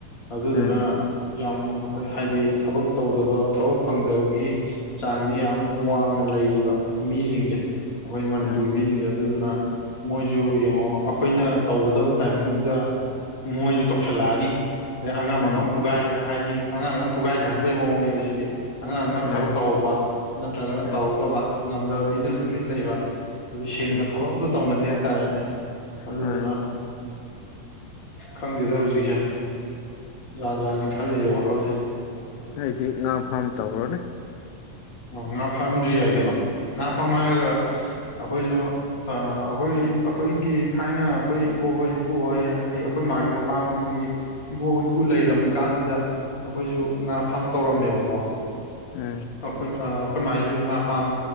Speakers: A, on the left; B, on the left.
A: ꯑꯗꯨꯗꯨꯅ
B: ꯎꯝ
A: ꯌꯥꯝ ꯑꫭꯏ ꯍꯥꯏꯗꯤ ꯊꯕꯛ ꯇꯧꯗꯕ ꯊꯕꯛ ꯐꯪꯗꯕꯒꯤ ꯆꯥꯡꯁꯤ ꯌꯥꯝ ꯋꯥꯡꯅ ꯂꯩꯌꯦꯕ ꯃꯤꯁꯤꯡꯁ ꯑꯩꯈꯣꯏ ꯃꯅꯤꯄꯨꯔꯒꯤ
B: ꯎꯝ ꯎꯝ
A: ꯃꯤꯁꯤꯡꯁꯦ ꯑꯗꯨꯗꯨꯅ ꯃꯣꯏꯁꯨ ꯌꯦꯡꯉꯣ ꯑꯩꯈꯣꯏꯅ ꯇꯧꯒꯗꯕ ꯇꯥꯏꯃꯤꯡꯗꯨꯗ ꯃꯣꯏꯁꯨ ꯇꯧꯁꯜꯂꯛꯑꯅꯤ ꯑꯗꯩ ꯑꯉꯝ
B: ꯎꯝ
A: ꯑꯉꯝ ꯐꯨꯒꯥꯏ ꯍꯥꯏꯗꯤ ꯑꯉꯥꯡ ꯑꯃ ꯐꯨꯒꯥꯏꯅꯍꯟꯕꯒꯤ ꯃꯑꯣꯡꯅꯦꯕ ꯁꯤꯗꯤ ꯑꯉꯥꯡ ꯑꯉꯝ
B: ꯃꯥꯅꯦ
A: ꯊꯕꯛ ꯇꯧꯍꯧꯕ ꯅꯠꯇ꯭ꯔꯒꯅ
B: ꯎꯝ
A: ꯇꯧꯍꯧꯗꯕ ꯉꯝꯗꯕ ꯃꯤꯗꯨꯅ
B: ꯎꯝ
A: ꯇꯨꯃꯤꯟ ꯂꯩꯕ ꯍꯧ ꯁꯦꯡꯅ
B: ꯎꯝ
A: ꯊꯕꯛ ꯑꯝꯇ ꯇꯧꯅꯗꯦ ꯍꯥꯏꯇꯥꯔꯦꯅꯦ ꯑꯗꯨꯗꯨꯅ
B: ꯃꯥꯅꯦ
A: ꯈꯪꯗꯦꯗ ꯍꯧꯖꯤꯛꯁꯦ ꯖꯥ ꯖꯥꯅꯤ ꯈꯜꯂꯤꯁꯦ ꯋꯥꯈꯜꯁꯦ
B: ꯑꯩꯗꯤ ꯉꯥꯝ ꯐꯥꯝ ꯇꯧꯔꯣꯅꯦ
A: ꯉꯥ ꯐꯥꯝꯁꯨ ꯌꯥꯏ ꯀꯩꯅꯣ ꯉꯥ ꯐꯥꯝ ꯍꯥꯏꯔꯒ ꯑꯩꯈꯣꯏꯁꯨ ꯑꯩꯈꯣꯏ ꯑꯩꯈꯣꯏꯒꯤ ꯊꯥꯏꯅ ꯑꯩꯈꯣꯏ ꯏꯕꯣꯛꯍꯣꯏ ꯏꯄꯨꯍꯣꯏ ꯍꯥꯏꯗꯤ ꯑꯩꯈꯣꯏ ꯃꯥꯒꯤ ꯃꯄꯥꯍꯣꯏꯒꯤ ꯏꯕꯣꯛ ꯏꯄꯨ ꯂꯩꯔꯝꯃꯤꯀꯥꯟꯁꯤꯗ ꯑꯩꯈꯣꯏꯁꯨ ꯉꯥ ꯐꯥꯝ ꯇꯧꯔꯝꯃꯦꯕꯀꯣ
B: ꯎꯝ
A: ꯑꯩꯈꯣꯏ ꯑꯩꯈꯣꯏ ꯃꯥꯏꯁꯨ ꯉꯥ ꯄꯥꯝ